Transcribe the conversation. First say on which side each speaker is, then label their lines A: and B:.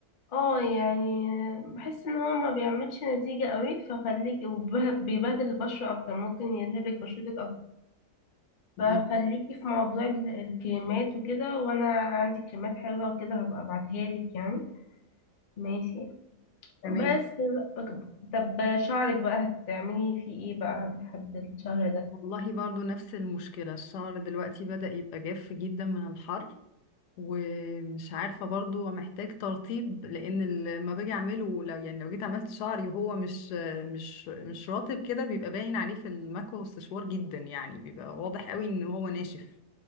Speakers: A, on the left; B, on the left.
A: اه يعني بحس ان هو ما بيعملش نتيجة قوي فخليكي وبيبهدل البشرة اكتر ممكن يلهبك بشرتك اكتر
B: م-
A: فخليكي في موضوع ال- الكريمات وكده وانا عندي كريمات حلوة وكده هبقى ابعتها لك يعني ماشي
B: تمام
A: بس بقى- طب شعرك بقى هتعملي فيه ايه بقى لحد الشهر ده
B: والله برضو نفس المشكلة الشعر دلوقتي بدأ يبقى جاف جدا من الحر ومش عارفة برضو محتاج ترطيب لأن لما باجي أعمله لو يعني لو جيت عملت شعري وهو مش مش مش رطب كده بيبقى باين عليه في المكوى والسشوار جدا يعني بيبقى واضح قوي إن هو ناشف